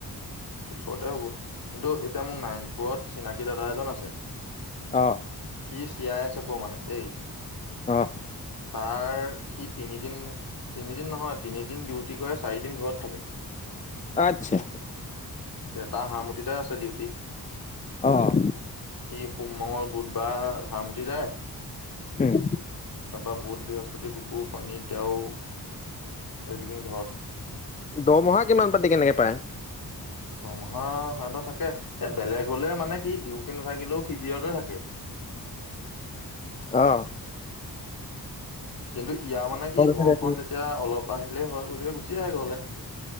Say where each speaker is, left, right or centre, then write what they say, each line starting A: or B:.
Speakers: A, on the left (about 60°); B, on the left (about 20°).
A: ওচৰতে হ'ব, কিন্তু এতিয়া মোৰ নাৰায়ণপুৰত চিনাকী দাদা এজন আছে।
B: আহ।
A: সি চি আই অফ ৰ মানে দেই।
B: অ',
A: তাৰ সি তিনিদিন তিনিদিন নহয় তিনিদিন ডিউটি কৰে চাৰিদিন ঘৰত থাকে।
B: আত্ছা।
A: তাৰ হাৰমতিতে আছে ডিউটি। সি
B: অ',
A: সোম, মঙল, বুধবাৰ বাৰ হাৰমতি যায়।
B: উম,
A: তাৰপা বুধ, বৃহস্পতি, শুকুৰ কুৰ, শনি, দেও এইকেইদিন ঘৰত
B: দমহা কিমান পাতি কেনেকে পায়?
A: হাঁহ সিহঁতৰ থাকে এ বেলেগ হলে মানে কি ডিউটি নাথাকিলেও শিভিয়তে থাকে।
B: অঁ
A: কিন্তু ইয়াৰ মানে কি
B: থাকে
A: ঘৰখন যেতিয়া অলপ আহিলেই হয় গতিকে গুচি আহে গলে।